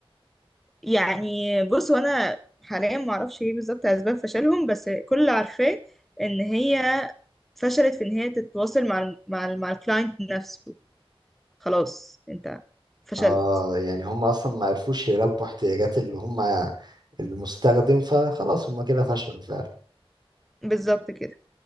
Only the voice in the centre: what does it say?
يعني بص وانا حاليا ما اعرفش ايه بالظبط اسباب فشلهم بس كل اللي عارفاه ان هي فشلت في ان هي تتواصل مع ال مع ال مع الكلاينت نفسه خلاص انت فشلت
بالظبط كده